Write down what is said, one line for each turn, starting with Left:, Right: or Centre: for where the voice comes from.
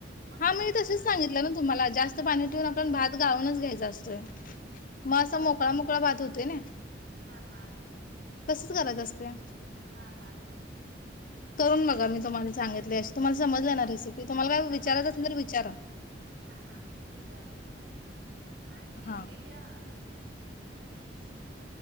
Right: पण
Left: हा
Right: तुम्हाला
Left: मी
Right: विचारलं
Left: तसेच सांगितलं ना तुम्हाला जास्त पाणी ून आपण भातानच घ्यायचंतं मग
Right: हा
Left: असं मोकळा मोकळा भात होतो होते ना
Right: हा हा
Left: तसंच करायचं असतंय.
Right: हा हा
Left: करून बघा मी तुम्हाला सांगितले अशी तुम्हा सज ना रेसिपी तुम्हाला काय विचारायचं
Right: सज समज
Left: असेल तर विचारा.
Right: हा हा रुचारते काले आणि
Left: हा
Right: ते खेळा हम्